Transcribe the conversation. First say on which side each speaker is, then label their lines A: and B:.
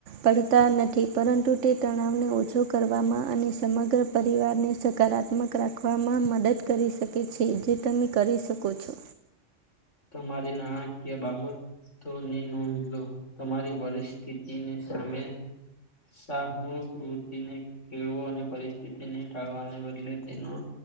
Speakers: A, on the right; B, on the left.
A: પડતા નથી, પરંતુ તે તણાવને ઓછો કરવામાં અને સમગ્ર પરિવારને સકારાત્મક રાખવામાં મદદ કરી શકે છે, જે તમે કરી શકો છો.
B: તમારી નાણાકીય બાબત તો ની નોંધ લો, તમારી પરિસ્થીતી ને સામે શાહમુગ વૃત્તિને કેળવો અને પરિસ્થિતિને ટાળવાને બદલે તેનો